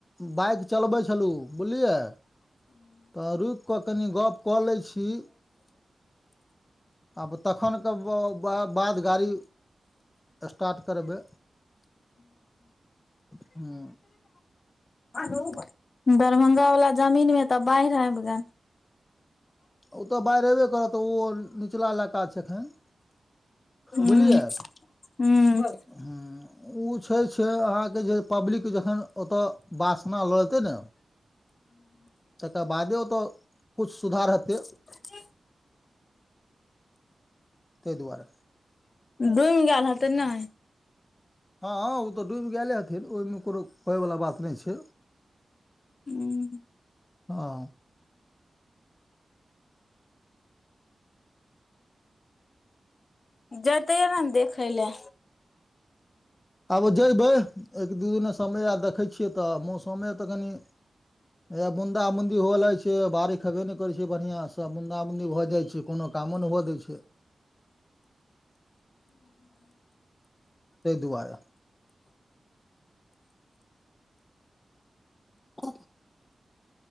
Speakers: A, on the left; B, on the left.
A: बाइक चलबै छलु बुलियै। तऽ रुइक क कनि गप कऽ लै छी आब तखन कऽ ब-ब बाद गाड़ी स्टार्ट करबै ह्म।
B: अरौ बा दरभंगा वला जमीन में तऽ बाइढ़ आइब गैल।
A: ओतऽ बाइढ़ एबे करत ओ निचला इलाका छै एखन।
B: ह
A: बुलियै
B: ह
A: ह्म। उ छै-छै अहाँके जे पब्लिक जखन ओतऽ वासना लऽ लेतै न। तकर बादे ओतऽ कुछ सुधार हेतै।
B: जी
A: तय दुआरे।
B: डूइम गैल हेतै नै?
A: हँ उत डुइब गैले हथिन ओय में कुनु कहैवला बात नैछै।
B: हूं
A: हँ
B: जतैय अन देखै लए।
A: आब जयबै एक दू दिने समय आर देखै छियै तऽ मौसमे तऽ कनि। हया बुंदा बुंदी हो लगै छै बारिख हेबे न करे छै बढ़िया स मुंदा मुंदी भ जाइ छै। कोनो कामो नै हुआ दैछै। तय दुआरे। को